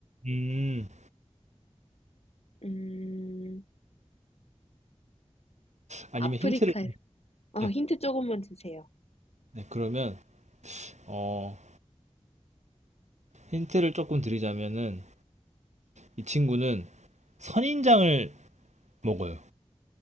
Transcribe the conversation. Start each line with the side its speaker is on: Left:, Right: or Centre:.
Right: 음,
Left: 음,
Right: 아니면
Left: 아프리카에서,
Right: 힌트를,
Left: 아,
Right: 네,
Left: 힌트 조금만 주세요.
Right: 네, 그러면, 어, 힌트를 조금 드리자면은, 이 친구는 선인장을 먹어요.